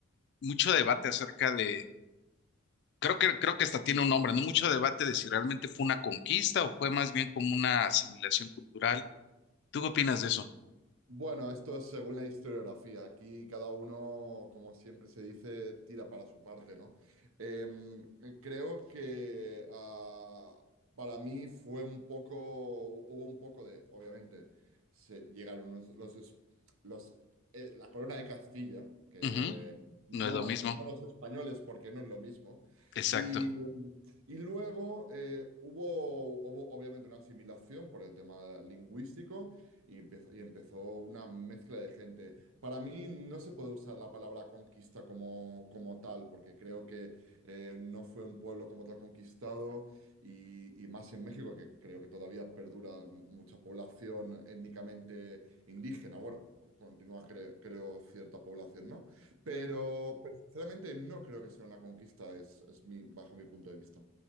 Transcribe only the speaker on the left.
mucho debate acerca de, creo que, creo que hasta tiene un nombre, ¿no? Mucho debate de si realmente fue una conquista o fue más bien como una asimilación cultural. ¿Tú qué opinas de eso?
Ujú,
No es lo mismo.
Exacto.